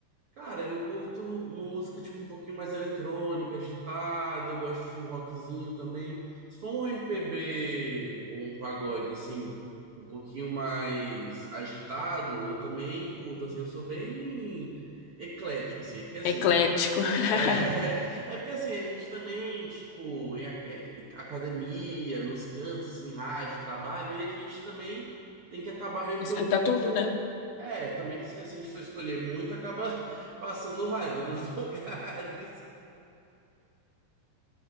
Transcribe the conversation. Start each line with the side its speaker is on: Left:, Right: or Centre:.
Right: Cara, eu curto uma música tipo um pouquinho mais eletrônica, agitada, eu gosto de um rockzinho também. Se for um MPB ou um pagode assim, um pouquinho mais agitado, eu também curto assim, eu sou bem eclético assim, é porque assim,
Left: Eclético. <laughs>
Right: é, <laughs> é porque assim, a gente também, tipo, em a- é, academia, nos cantos assim, rádio, trabalho, e a gente também tem que acabar meio
Left: Escuta
Right: que ouvindo
Left: tudo, né?
Right: é, também que se a gente for escolher muito, acaba <laughs> passando raiva nos <laughs> lugares.